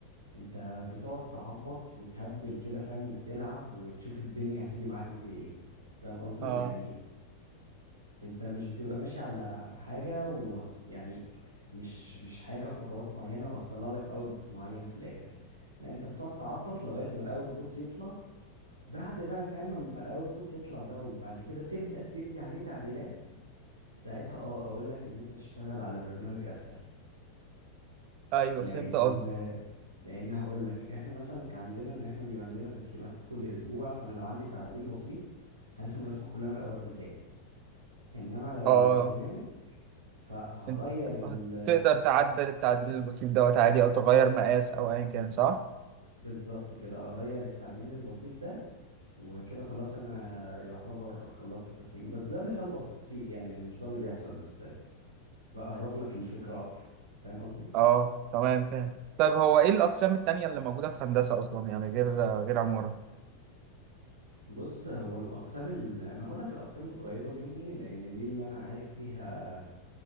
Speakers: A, on the right (about 80°); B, on the right (about 40°).
A: انت بتقعد تعبط وتهبل كده فاهم وتلعب وتشوف الدنيا هتيجي معاك بايه فاهم قصدي
B: اه
A: يعني انت مش بتبقى ماشي على حاجه و... يعني مش مش حاجه خطوات معينه وهتطلع لك اوتبوت معين في الاخر لا انت بتقعد تعبط لغايه ما الاوتبوت يطلع بعد بقى فاهم اما الاوتبوت يطلع ده وبعد كده تبدأ تدي عليه تعديلات ساعتها اه اقول لك ان انت تشتغل على برنامج اسهل
B: ايوه
A: لان
B: فهمت قصدك
A: لان هقول لك احنا مثلا كان عندنا ان احنا بيبقى عندنا تسليمات كل اسبوع فانا لو عندي تعديل بسيط هرسم الرسمه كلها من الاول تاني انما لو
B: اه
A: برنامج فهغير
B: انت
A: ال
B: هتقدر تعدل التعديل البسيط دوت عادي او تغير مقاس او ايا كان صح
A: بالظبط كده اغير التعديل البسيط ده وكده خلاص انا يعتبر خلصت التسليم بس ده مثال بسيط يعني ان مش ده اللي بيحصل بس بقرب لك الفكره اكتر فاهم قصدي
B: اه تمام فاهم طيب هو ايه الاقسام التانية اللي موجوده في هندسه اصلا يعني غير غير عماره
A: بص هو الاقسام اللي انا هقول لك الاقسام القريبه مني لان دي اللي انا عارف فيها